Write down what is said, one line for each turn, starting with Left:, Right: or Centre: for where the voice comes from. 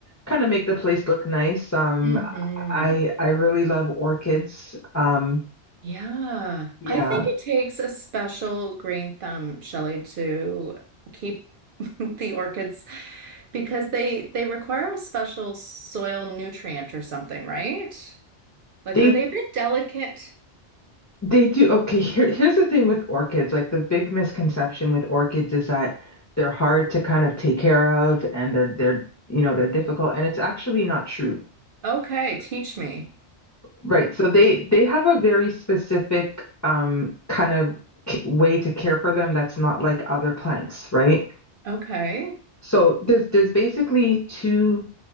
Left: kind of make the place look nice. Um,
Right: hmm
Left: I I really love orchids. Um,
Right: Yeah.
Left: yeah.
Right: I think it takes a special green thumb, Shelley, to keep <laughs> the orchids because they they require a special soil nutrient or something, right? Like,
Left: They
Right: are they a bit delicate?
Left: They do. Okay, here, here's the thing with orchids. Like the big misconception with orchids is that they're hard to kind of take care of and they're they're you know, they're difficult and it's actually not true.
Right: Okay, teach me.
Left: Right. So they they have a very specific um kind of c way to care for them that's not like other plants, right?
Right: Okay.
Left: So there's there's basically two